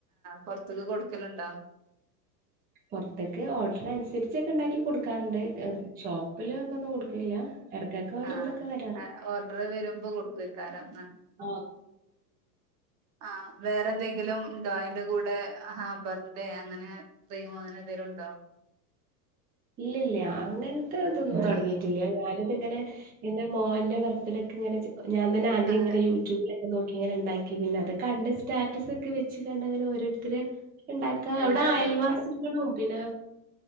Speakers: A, on the right (about 40°); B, on the right (about 20°).
A: പുൊറത്തക്ക് കൊടുക്കലുണ്ടോ
B: പുറത്തേക്ക് ഓർഡറി അനുസരിച്ചൊക്കെ ഉണ്ടാക്കി കൊടുക്കാറുണ്ട് ഷോപ്പില് അങ്ങ ഒന്നും കൊടുക്കല്ല ഇടക്കൊക്കെ ഓരോതൊക്കെ
A: ആ
B: വരാറ്
A: ഓർഡർ വരുമ്പോ കൊടുക്കുവക്കാരം
B: ഓ
A: ആ വേറെ എന്തെങ്കിലും ഉന്തോ അയിന്റെ കൂടെ ആ ബർഡേ അങ്ങനെത്ര അനെ പേരുണ്ടോ
B: <inaudible> ഇല്ലല്ല അങ്ങനത്തെ അതൊന്നും തുടങ്ങിട്ടില്ല
A: ആഹ്
B: ഞാനിത്ങ്ങനെ എറെ മോൻ എ ബർത്ത്ഡേ ഒക്കെങ്ങനെ ഞാൻ തന്ന ആദ്യം
A: അങ്ങനെ
B: ഇങ്ങന യൂട്യൂബില നോക്കി ഇങ്ങനെ ഉണ്ടാക്കി പിന്നെ അത് കണ്ട് സ്റ്റാറ്റസ ഒക്കെ വെച്ച് കണ്ട അങ്ങനെ ഓരോരുത്തരെ ഉണ്ടാക്ക അവിടെ
A: എല്ലാരും
B: അയൽവാസികളും പിന്നെുള്ള.